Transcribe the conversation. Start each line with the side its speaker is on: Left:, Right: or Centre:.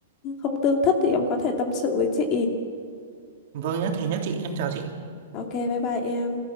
Left: không tương thích thì em có thể tâm sự với chị
Right: Vâng nhá, thế nhá chị, em chào chị.
Left: ok bye bye em